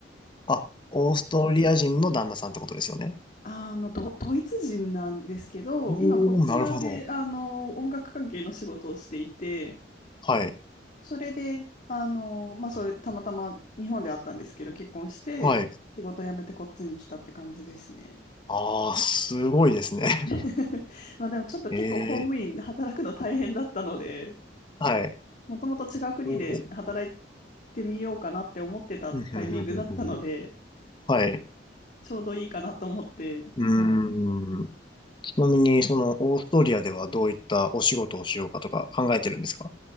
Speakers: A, on the left; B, on the left.
A: あ、オーストリア人の旦那さんってことですよね。
B: あの、ド、ドイツ人なんですけど、
A: おー、
B: 今こちらで、
A: なるほど。
B: あの、音楽関係の仕事をしていて、
A: はい。
B: それで、あの、まあ、それ、たまたま日本であったんですけど、結婚して、
A: はい。
B: 仕事辞めてこっちに来たって感じですね。
A: ああ、すごいですね。<laughs>
B: <laughs> まあ、でもちょっと結構公務員で働くの大変だったので、
A: ええはい。
B: もともと違う国で働い
A: ほうほう
B: てみようかなって思ってたタイミングだったので、
A: うんうんうんうんうんはい。
B: ちょうどいいかなと思って、
A: うーん。
B: はい
A: ちなみに、その、オーストリアではどういったお仕事をしようかとか考えてるんですか